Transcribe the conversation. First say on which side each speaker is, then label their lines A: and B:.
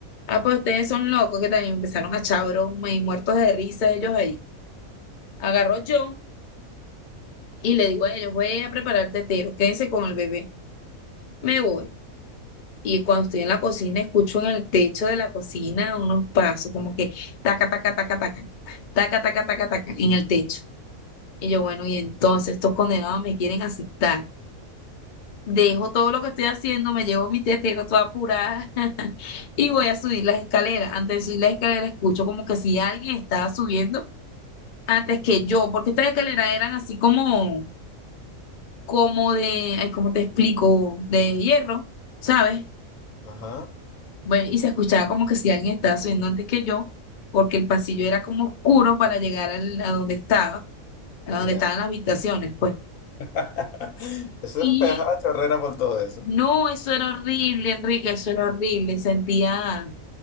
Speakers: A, on the left; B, on the left.
A: ah, pues ustedes son locos, que también empezaron a echar broma y muertos de risa ellos ahí. Agarró John y le digo a ellos, voy a preparar el tetero, quédense con el bebé. Me voy. Y cuando estoy en la cocina, escucho en el techo de la cocina unos pasos, como que taca, taca, taca, taca, taca, taca, taca, taca, en el techo. Y yo, bueno, y entonces estos condenados me quieren aceptar. Dejo todo lo que estoy haciendo, me llevo mi tetero toda apurada <laughs> y voy a subir las escaleras. Antes de subir las escaleras, escucho como que si alguien estaba subiendo antes que yo, porque estas escaleras eran así como, como de, ay, ¿cómo te explico? De hierro, ¿sabes?
B: Ajá,
A: Bueno, y se escuchaba como que si alguien estaba subiendo antes que yo, porque el pasillo era como oscuro para llegar al- a donde estaba, a
B: mira.
A: donde estaban las habitaciones, pues.
B: <laughs> Eso
A: Y
B: me pegaba la chorrera por todo eso.
A: no, eso era horrible, Enrique, eso era horrible. Sentía,